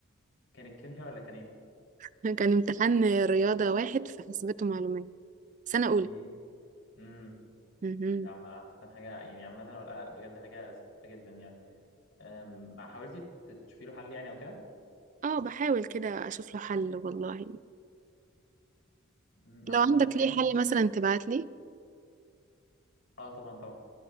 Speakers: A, on the left; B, on the right.
A: كانت كيمياء ولا كان ايه؟
B: <laughs> كان امتحان رياضه واحد في حاسبات ومعلومات سنه اولى
A: ايه امم
B: مهم.
A: ده عم- عامة حاجة يعني عامة هو القلق بجد حاجة سخيفة جدا يعني أم، حاولتي تشوفي له حل يعني او كده؟
B: اه بحاول كده اشوف له حل والله
A: أمم،
B: لو
A: عامة
B: عندك
A: يعني
B: ليه حل مثلا تبعت لي
A: اه طبعا طبعا